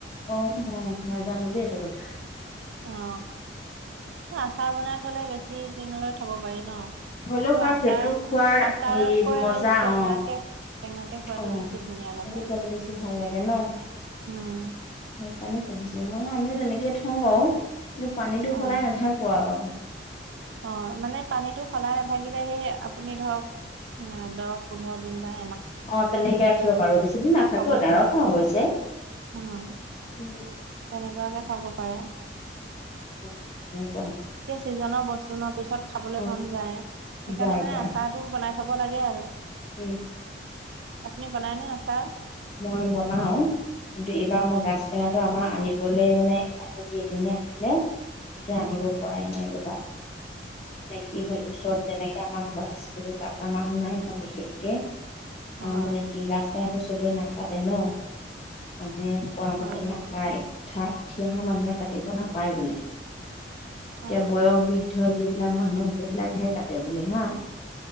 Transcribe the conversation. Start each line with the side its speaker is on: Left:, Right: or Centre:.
Left: আহ হ জানো দেই এইটো কথা
Right: অ আচাৰ বনাই থলে বেছি দিনলৈ থব পাৰি ন
Left: হ'লেও
Right: কিন্তু
Left: আৰু
Right: আচাৰ
Left: সেইটো খোৱাৰ
Right: আচাৰতকৈ
Left: হেৰি মজা
Right: এই টেঙাকে
Left: অ
Right: টেঙাকে খোৱাতটো
Left: অ
Right: বেছি ধুনীয়া
Left: সেইটো
Right: লাগে
Left: খোৱাটো বেছি ভাল লাগে ন
Right: উম
Left: সেইকাৰণে সুধিছো মানে আমিও তেনেকে থওঁ বাৰু কিন্তু পানীটো
Right: অ
Left: সলাই নাথাকো আৰু
Right: অ মানে পানীটো স লাই নাথাকি সেই আপুনি ধৰক দহ পোন্ধৰ দিন বাই
Left: অ তেনেকে ৰাখিব পাৰো বেছিদিন নাথাকো
Right: থব
Left: নৰখাও
Right: পাৰে
Left: অৱশ্যে
Right: উম
Left: <unintelligible>
Right: তেনেকুৱাকে থব পাৰে
Left: <unintelligible>
Right: এটিয়া চিজনৰ বস্তু ন পিছত খাবলৈ
Left: অ
Right: মন যায় সেইকাৰণে
Left: যায়
Right: মানে
Left: যায়
Right: আচাৰটো বনাই থব লাগে আৰু
Left: উম
Right: আপুনি বনাইনে আচাৰ
Left: মই বনাও কিন্তু এইবাৰ
Right: অ
Left: মই গাছ টেঙাটো আমাৰ আনিবলৈ মানে এটামান যি এদিনে আনিলে এতিয়া
Right: অ
Left: আনিব পৰাই নাই ৰবা মে কি হ'ল ওচৰত তেনেকে আমাৰ ঘৰত আছে কাটা মানুহ নাই ন বিশেষকে
Right: অ
Left: অঁ
Right: অ
Left: মানে
Right: অ
Left: কি গাজ টেঙাটো চবেই নাচাতে ন। মানে কোৱা
Right: হয়
Left: মতে
Right: দিয়ক
Left: নাপায় উঠা থঠি অহা মানুহে কাটিব নাপায় বোলে এতিয়া
Right: অ
Left: বয়স বৃদ্ধ যিবিলাক মানুহ সেইবিলাকহে কাটে বুলে হা